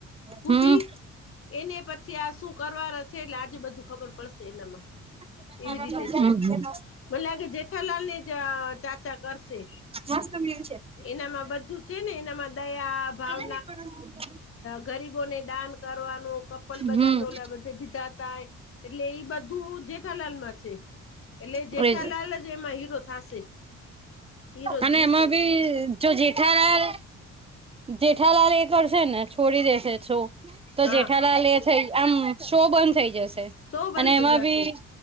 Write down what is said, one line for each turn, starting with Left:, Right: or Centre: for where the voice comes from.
Left: ખૂબી
Right: હમ
Left: એને પછી આ શું કરવાના છે એટલે આજે બધું ખબર પડશે એનામાં.
Right: હમ્મ,
Left: એવી રીતે છે
Right: હમ્મ.
Left: મને લાગે જેઠાલાલ ને જ ચાચા કરશે
Right: મસ્ત વ્યુ છે.
Left: એનામાં બધું છે ને એનામાં દયા ભાવ
Right: <unintelligible>
Left: ગરીબોને દાન કરવાનું, કપલ બધાને
Right: હમ
Left: ઓલા બધા દીધા હતા. એટલે એ બધું જેઠાલાલમાં છે. એટલે જેઠાલાલ
Right: એજ
Left: જ એમાં હીરો થશે હીરો
Right: અને
Left: જ જીતે
Right: એમાં બી જો જેઠાલાલ જેઠાલાલ એ કરશે ને છોડી દેશે શો તો
Left: હા
Right: જેઠાલાલ એ થઇ આમ શો બંધ થઈ જશે.
Left: સો બંધ
Right: અને
Left: થઈ
Right: એમાં બી
Left: જશે.